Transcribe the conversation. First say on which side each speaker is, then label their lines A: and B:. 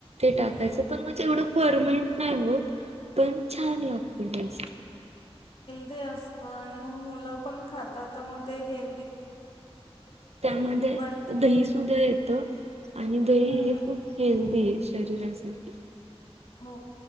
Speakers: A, on the right; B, on the left.
A: टाकायचं
B: हम्म
A: पण मग तेवढं फर्मेंट नाही हो पण छान लागते बस्ट
B: मुल पण खाता त म हे
A: त्यामध्ये
B: बल
A: दही सुद्धा येतं आणि दही
B: हम्म
A: हे
B: हम्म
A: खूप हेल्दी आहे शरीरासाठी
B: हो